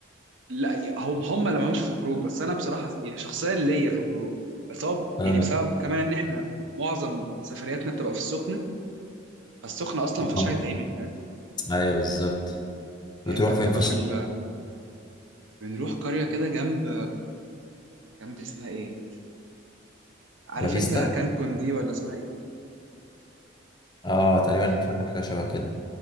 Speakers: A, on the right (about 70°); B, on the left (about 20°).
A: لا هم هم اللي مالهمش في خروج بس انا بصراحه يعني شخصيا ليا في الخروج بس هو
B: آه.
A: يعني بسبب كمان ان احنا معظم سفرياتنا بتبقى في السخنه فالسخنه اصلا ما فيهاش
B: آه.
A: حاجه تعمل فاهم
B: ايوه بالظبط بتروح
A: يعني انت بتبقى
B: فين في السوق
A: في ال... بنروح قريه كده جنب جنب اسمها ايه عارف
B: لافيستا
A: انت كانكون دي ولا اسمها ايه
B: اه تقريبا فاكر حاجه شبه كده